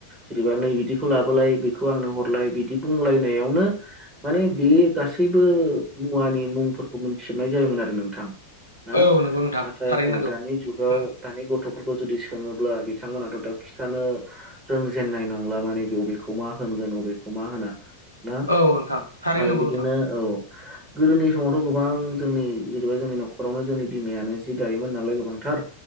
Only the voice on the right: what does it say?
जेनेबा नै बिदिखौ लाबोलाय बेखौ आं नो हरलाय बिदि बुंलायनायावनो माने बे गासैबो मुवानि मुंफोरखौ मिथिजोबनाय जायोमोन आरो नोंथां ह'
नाथाय
अ
दानि जुगाव
दानिबो गथ'फोरखौ जुदि सोङोब्ला बिथांमोनाथ' दा खिथानो रोंजेननाय नंला माने बेेखौ मा होनो होनगोन अबेखौ मा होना ना
आरो
बिदिनो
औ गोदोनि समावथ' गोबां जोंनि जेनेबा जोंनि न'खरावनो जोंनि बिमायानो जि दायोमोन नालाय गोबांथार